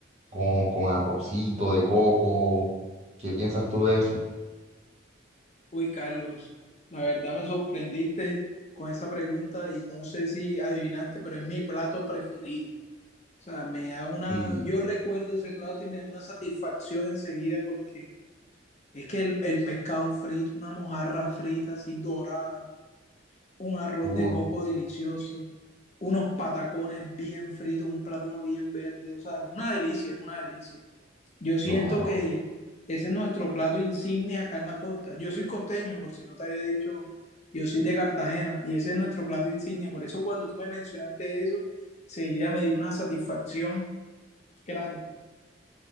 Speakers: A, on the right; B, on the left.
A: con, con arrocito de coco. ¿Qué piensas tú de eso?
B: Uy Carlos, la verdad me sorprendiste con esa pregunta y no sé si adivinaste, pero es mi plato preferido. O sea, me da una,
A: Sí,
B: yo recuerdo ese plato y me da una satisfacción enseguida porque es que el, el pescado frito, una mojarra frita así dorada, un arroz
A: uh,
B: de coco delicioso, unos patacones bien fritos, un plátano bien verde, o sea, es una delicia, es una delicia. Yo siento
A: claro.
B: que ese es nuestro plato insignia acá en la costa. Yo soy costeño, por si no te había dicho, yo soy de Cartagena y ese es nuestro plato insignia. Por eso cuando tú me mencionaste eso, seguida me dio una satisfacción grande.